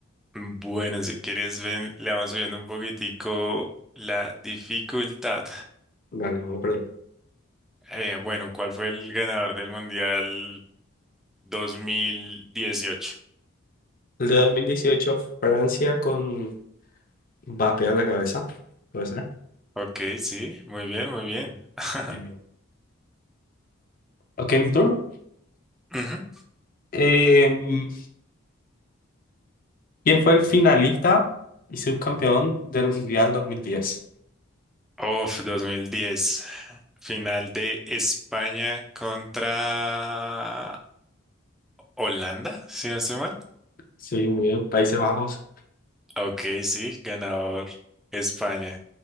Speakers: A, in the centre; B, on the left.
A: Bueno, si quieres, ven, le vamos subiendo un poquitico la dificultad.
B: Dale, vamos por ahí.
A: Eh, bueno, ¿cuál fue el ganador del Mundial 2018?
B: El de 2018 Francia con Mbappé a la cabeza, puede ser.
A: Ok, sí, muy bien, muy bien. <laughs>
B: Bien, bien. Ok, mi turno.
A: Ujú.
B: Em, ¿quién fue el finalista y subcampeón del Mundial 2010?
A: Of 2010, final de España contra Holanda, si no estoy mal.
B: Sí, muy bien. Países Bajos.
A: Ok, sí, ganador España.